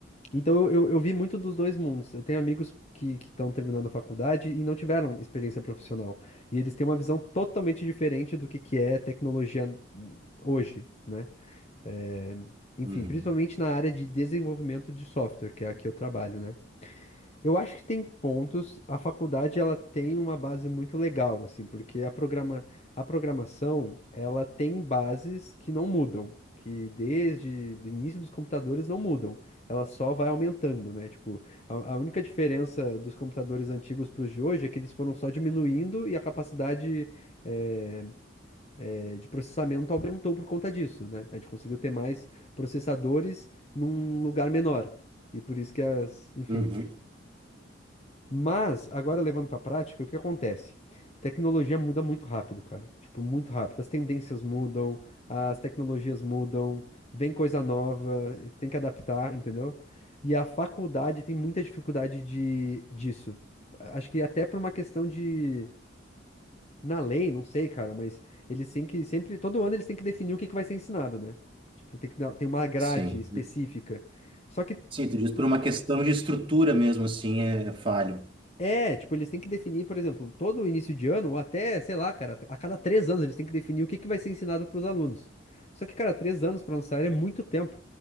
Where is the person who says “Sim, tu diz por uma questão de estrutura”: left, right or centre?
Right